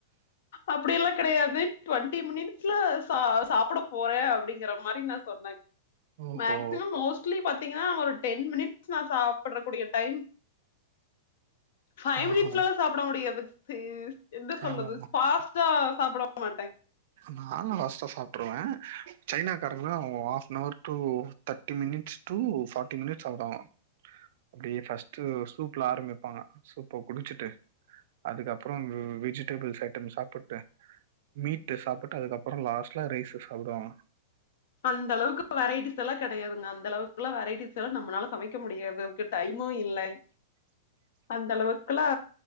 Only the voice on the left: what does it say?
அப்டியெல்லா கெடையாது டுவெண்ட்டி மினிட்ஸ்ல சா சாப்ட போறேன் அப்டிங்கற மாரி நா சொன்ன
மேக்சிமம் மோஸ்ட்லி பாத்தீங்கன்னா ஒரு டென் மினிட்ஸ் நா சாப்டறக்கூடிய டைம் ஃபைவ் மினிட்ஸ்ல்லா
சாப்ட முடியாது என்ன சொல்றது
ஃபாஸ்டா சாப்ட மாட்டன்
அந்த அளவுக்கு வெரைட்டீஸ் எல்லா கெடையாதுங்க அந்த அளவுக்கெல்லா வெரைட்டீஸ் எல்லா நம்மளால சமைக்க முடியாது டைமு இல்ல அந்த அளவுக்கெல்லா